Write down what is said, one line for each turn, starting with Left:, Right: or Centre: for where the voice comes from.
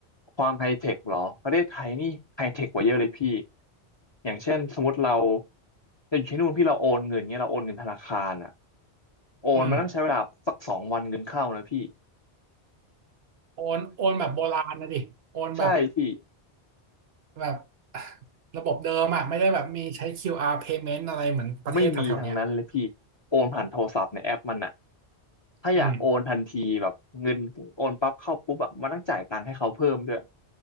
Left: ความไฮเทคเหรอประเทศไทยนี่ไฮเทคกว่าเยอะเลยพี่อย่างเช่นสมมติเราจะอยู่ที่นู่นพี่เราโอนเงินเนี่ยเราโอนเงินธนาคารอ่ะโอนมันต้องใช้เวลาสักสองวันเงินเข้านะพี่
Right: อืมโอนโอนแบบโบราณนะดิโอนแบบ
Left: ใช่พี่
Right: แบบ <laughs> ระบบเดิมอ่ะไม่ได้แบบมีใช้ QR payment อะไรเหมือนประเทศแถวๆเนี้ย
Left: ไม่มีทางนั้นเลยพี่โอนผ่านโทรศัพท์ในแอปมันอะถ้าอยากโอนทันทีแบบเงินโอนปั๊บเข้าปุ๊บแบบมันต้องจ่ายตังค์ให้เขาเพิ่มด้วย
Right: อืม